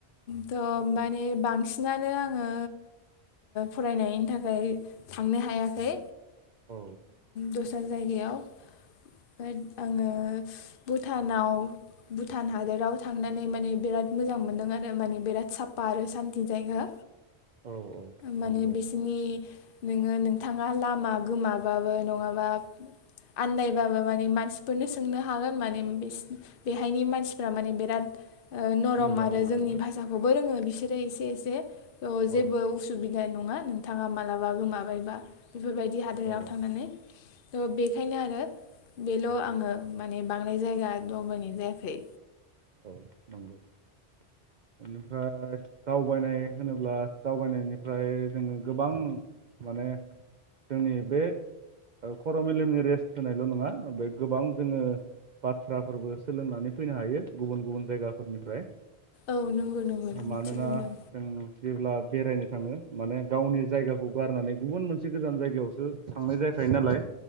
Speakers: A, on the left (about 60°); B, on the right (about 50°).
A: थ' मानिे बांसिनानो आङो फरायनायनि थाखाय थांनो हायाखै
B: औ
A: दस्रा जायगायाव ओम आङो भुटानाव भुटान हादराव थांनानै माने बिराद मोजां मोनदों आरो माने बिराद साफा आरो सान्थि जायगा
B: औ
A: माने
B: नंगौ
A: बिसनि नोङो नोंथाङा लामा गोमाबाबो नङाबा आनन्दनायबाबो माने मानसिफोरनो सोंनो हागोन मान बेहायनि मानसिफ माने बिराद नरम
B: मोजां
A: आरो
B: आरोना
A: जोंनि भाषाखौबो रोङो बि बिसोरो एसे एसे जेबो
B: औ
A: उसुबिद <unintelligible> नङा नोंथाङा मालाबा गोमाबायबा बेफोरबायदि हाथायाव
B: औ
A: थांनानै थ' बेनिखायनो आरो बेल' आङो माने बां थांनाय जायगा दावबाइनाय जायाखै
B: औ नंगौ बेनिफ्राय दावबायनाय होनोब्ला दावबायनायनिफ्राय जोङो गोबां माने जोंनि बे ओ खर' मेलेमनि रेस्ट होनायल' नङा बे गोबां जोङो बाथ्राफोरबो सोलोंनानै फैनो हायो गुबुन गुबुन जायगाफोरनिफ्राय।
A: औ नंगौ नंगौ नंगौ
B: मानोना
A: थिग बुंदों
B: जों जेब्ला बेरायनो थाङो माने गावनि जायगाखौ गारनानै गुबुन मोनसे गोजान जायगायावसो थांनाय जायाखायो नालाय।